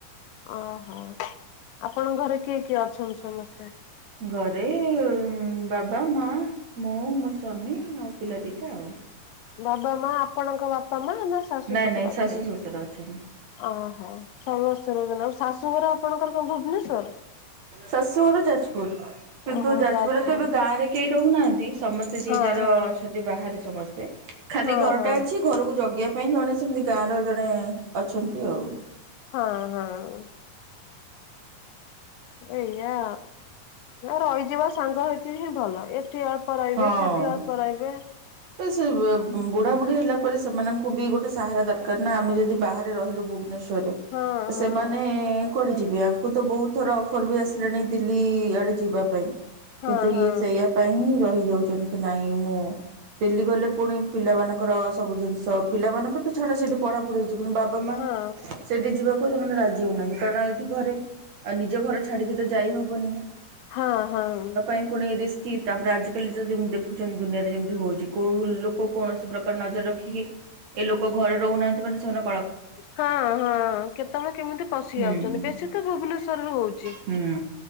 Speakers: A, on the left (about 80°); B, on the right (about 55°).
A: ଓହୋ ଆପଣଙ୍କ ଘରେ କିଏ କିଏ ଅଛନ୍ତି ସମସ୍ତେ?
B: ଘରେ ବାବା ମା ମୁଁ ମୋ ସ୍ୱାମୀ ଆଉ ପିଲା ଦିଟା ଆଉ
A: ବାବା ମା ଆପଣଙ୍କ ବାପା ମା ନା? ଶାଶୁ
B: ନାଇଁ
A: ଶ୍ୱଶୁର
B: ନାଇଁ
A: ଅଛନ୍ତି?
B: ଶାଶୁ ଶଶୁର ଅଛନ୍ତି।
A: ଓହୋ ସମସ୍ତେ ରହୁଛନା ଆଉ ଶାଶୁଘର ଆପଣଙ୍କର କଣ ଭୁବନେଶ୍ୱରରେ।
B: ଶାଶୁ ଘର ଯାଜପୁର କିନ୍ତୁ
A: ଓହୋ
B: ଯାଜପୁରରେ
A: ଯାଜପୁର
B: ତ ଏବେ ଗାଁରେ କେହି ରହୁନାହାନ୍ତି ସମସ୍ତେ। ସେ ଯିଏ
A: ହଁ
B: ଯାହାର
A: ହଁ
B: ଅଛନ୍ତି ବାହାରେ ସମସ୍ତେ ଖାଲି
A: ହଁ
B: ଘରଟା
A: ହଁ
B: ଅଛି ଘରକୁ ଜଗିବା ପାଇଁ ଜଣେ ସେମିତି ଗାଁର ଜଣେ ଅଛନ୍ତି ଆଉ
A: ହଁ ହଁ। ଏଇଆ ରହିଯିବା ସାଙ୍ଗ ହେଇକି। ସେଠି ହିଁ ଭଲ ଏଠି ଅଳ୍ପ ରହିବେ
B: ହଁ।
A: ସେଠି ଅଳ୍ପ ରହିବେ।
B: ସେ ବୁଢା ବୁଢୀ ହେଲା ପରେ ସେମାନଙ୍କୁ ବି ଗୋଟେ ସାହାରା ଦରକାର ନା ଆମେ ଯଦି ବାହାରେ ରହିଲୁ। ଭୁବନେଶ୍ଵରରେ
A: ହଁ ହଁ
B: ସେ ମାନେ କୁଆଡ଼େ ଯିବେ ଆଙ୍କୁ ତ ବୋହୁତ ଥର ଅଫର୍ ବି ଆସିଲାଣି ଦିଲ୍ଲୀ ଆଡ଼େ ଯିବା ପାଇଁ।
A: ହଁ
B: ତ
A: ହଁ
B: ଇଏ ସେଇଆ ପାଇଁ ହିଁ ରହିଯାଉଚନ୍ତି କି ନାଇଁ ମୁଁ ଦିଲ୍ଲୀ ଗଲେ ପୁଣି ପିଲାମାନଙ୍କର ସବୁ ଜିନିଷ ପିଲାମାନଙ୍କର ତ ଛାଡ ସେଠି ପଢା ପଢିଛି କିନ୍ତୁ ବା ବା ମା
A: ହଁ
B: ସେଠି ଯିବାକୁ ସେମାନେ ରାଜି ହଉନାହାନ୍ତି କାରଣ ଏଠି ଘରେ ନିଜ ଘରେ ଛାଡିକି ତ ଯାଇ ହେବନି।
A: ହଁ ହଁ।
B: ପୁଣି ରିସ୍କ ତାପରେ ଆଜିକାଲି ଯୋଉ ଯେମିତି ଦେଖୁଛନ୍ତି ଦୁନିଆରେ ଯେମିତି ହଉଛି କୋଉ ଲୋକ କୌଣସି ପ୍ରକାର ନଜର ରଖି ଖି ଏ ଲୋକ ଘରେ ରହୁନାହାନ୍ତି ମାନେ ସେମାନ
A: ହଁ ହଁ କେତେବେଳେ କେମିତି ପଶି
B: ହୁଁ
A: ଆଉଚନ୍ତି ବେଶୀ ତ ଭୁବନେଶ୍ଵରରୁୁ ହଉଛି।
B: ହୁଁ